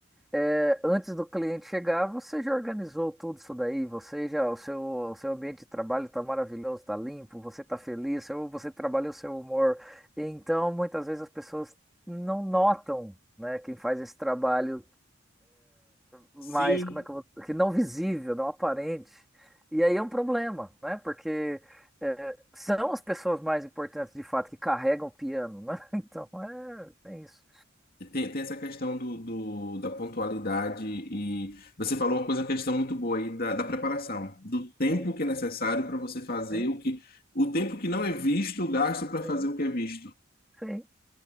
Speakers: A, in the centre; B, on the left.
A: É, antes do cliente chegar, você já organizou tudo isso daí, você já, o seu, o seu ambiente de trabalho está maravilhoso, está limpo, você está feliz, seu- você trabalha o seu humor. Então, muitas vezes as pessoas não notam, né, quem faz esse trabalho mais,
B: <laughs> Sim,
A: como é que eu vou, que não visível, não aparente. E aí é um problema, né, porque é, são as pessoas mais importantes, de fato, que carregam o piano, né? <laughs> Então, é, tem isso.
B: Tem, tem essa questão do, do- da pontualidade e você falou uma coisa, uma questão muito boa aí da, da preparação, do tempo
A: Sim,
B: que é necessário para você fazer
A: sim,
B: o que, o tempo que não é visto, gasto para
A: sim,
B: fazer o que é visto.
A: sim.